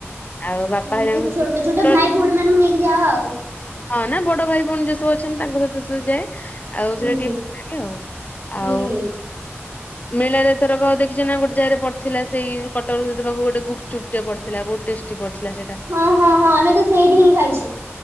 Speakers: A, on the left; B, on the right.
A: ଆଉ ବାପା
B: ହୁଁ ଏଇ
A: ହେରିକାଙ୍କ
B: ଛୋଟ
A: ସହିତ
B: ଛୋଟ ଭାଇ ଭଉଣୀ ମାନଙ୍କୁ ନେଇକି ଯାଅ ଆଉ?
A: ହଁ ନା ବଡ ଭାଇ ଭଉଣୀ ଯୋଉ ସବୁ ଅଛନ୍ତି ତାଙ୍କ ସହିତ ସବୁ ଯାଏ। ଆଉ
B: ହୁଁ।
A: ସେଟା ଟିକେ <unintelligible>
B: ହୁଁ।
A: ଆଉ ମେଳରେ ଏଥରକ ଦେଖିଛ ନା ଗୋଟେ ଜାଗାରେ ପଡିଥିଲା ସେଇ କଟକରୁ ଦେବାକୁ ଗୋଟେ ଗୁପଚୁପ ପଡିଥିଲା ବହୁତ ଟେଷ୍ଟି ପଡିଥିଲା ସେ
B: ହଁ ହଁ ହଁ ଆମେ ତ ସେଇଠି ହିଁ ଖାଇଛୁ।